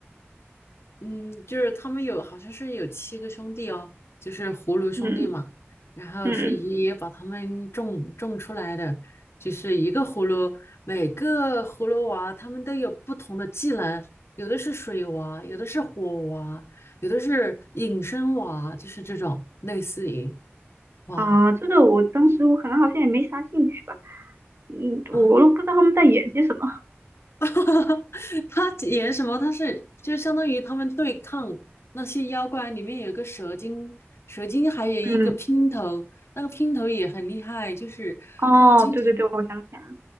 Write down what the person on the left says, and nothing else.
嗯，就是他们有好像是有七个兄弟哦，就是葫芦兄弟嘛。
然后是爷爷把他们种种出来的，
就是一个葫芦，每个葫芦娃他们都有不同的技能，有的是水娃，有的是火娃，有的是隐身娃，就是这种类似于哇
啊，
<laughs> 他演什么？他是就相当于他们对抗那些妖怪，里面有个蛇精，蛇精还有一个姘头，
那个姘头也很厉害，就是他们经常